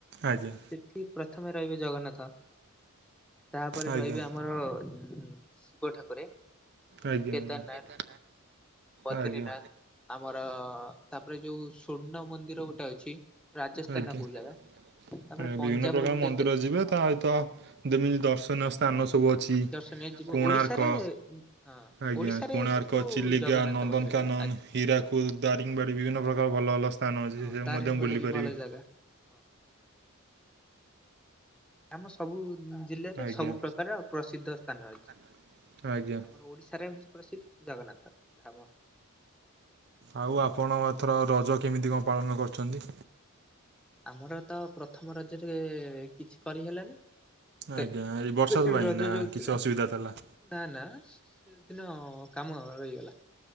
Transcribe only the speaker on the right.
ଆଜ୍ଞା
ଆଜ୍ଞା
ଆଜ୍ଞା
ଆଜ୍ଞା।
ଆଜ୍ଞା।
ଆଜ୍ଞା
ଆଜ୍ଞା
ବିଭିନ୍ନ ପ୍ରକାର
ମନ୍ଦିର
ଯିବେ
ତା ସହିତ ଯେମିତି ଦର୍ଶନୀୟ ସ୍ଥାନ ସବୁ ଅଛି
କୋଣାର୍କ
ଆଜ୍ଞା
କୋଣାର୍କ,
ଚିଲିକା,
ନନ୍ଦନକାନନ
ହୀରାକୁଦ, ଦାରିଙ୍ଗବାଡ଼ି ବିଭିନ୍ନ ପ୍ରକାର ଭଲ ଭଲ ସ୍ଥାନ ଅଛି
ସେଟାକୁ
ମଧ୍ୟ ବୁଲିପାରିବେ।
ଆଜ୍ଞା।
ଅଛି। ଆଜ୍ଞା।
ଆଉ ଆପଣ ଏଥର ରଜ କେମିତି କଁ ପାଳନ କରିଛନ୍ତି।
ଆଜ୍ଞା ଏଇ ବର୍ଷା
ପାଇଁ
ନା
କିଛି
ଅସୁବିଧା ଥିଲା।